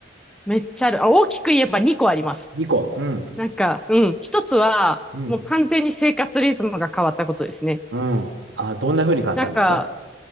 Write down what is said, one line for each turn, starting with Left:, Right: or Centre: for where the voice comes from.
Centre: めっちゃある。あ、大きく言えば2個あります。
Right: 2個。うん。
Centre: なんか、うん。一つは、
Right: うん。
Centre: もう完全に生活リズムが変わったことですね。
Right: うん。あ、どんな風に変わったんですか
Centre: なんか、